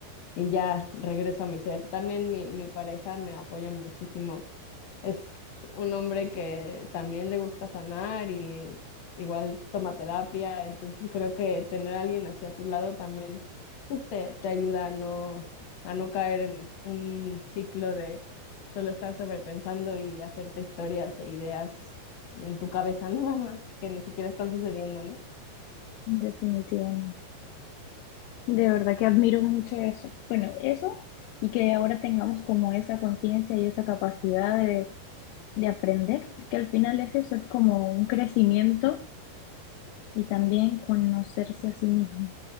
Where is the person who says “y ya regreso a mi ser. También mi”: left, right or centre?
Left